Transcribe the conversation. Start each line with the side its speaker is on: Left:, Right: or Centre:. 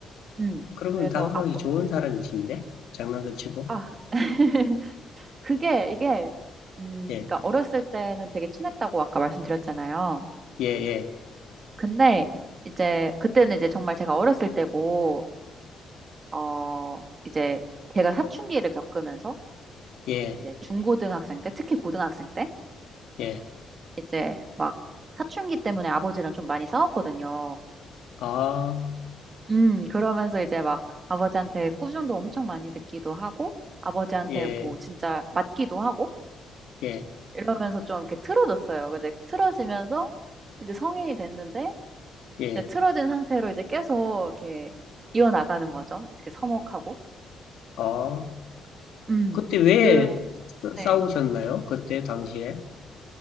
Right: 음,
Left: 그러면
Right: 그래서
Left: 다가가기
Right: 아빠,
Left: 좋은
Right: 음,
Left: 사람이신데? 장난도 치고?
Right: 아, <laughs> 그게, 이게, 음,
Left: 예,
Right: 그러니까 어렸을 때는 되게 친했다고 아까 말씀드렸잖아요.
Left: 예, 예,
Right: 근데 이제, 그때는 이제 정말 제가 어렸을 때고, 어, 이제 제가 사춘기를 겪으면서,
Left: 예,
Right: 이제 중고등학생 때, 특히 고등학생 때,
Left: 예,
Right: 이제 막 사춘기 때문에 아버지랑 좀 많이 싸웠거든요.
Left: 아,
Right: 음, 그러면서 이제 막 아버지한테 꾸중도 엄청 많이 듣기도 하고, 아버지한테
Left: 예,
Right: 뭐 진짜 맞기도 하고,
Left: 예,
Right: 이러면서 좀 이렇게 틀어졌어요. 근데 틀어지면서 이제 성인이 됐는데,
Left: 예,
Right: 이제 틀어진 상태로 이제 계속 이렇게 이어나가는 거죠. 이렇게 서먹하고.
Left: 아.
Right: 음,
Left: 그때 왜
Right: 그,
Left: 싸-
Right: 네.
Left: 싸우셨나요? 그때 당시에?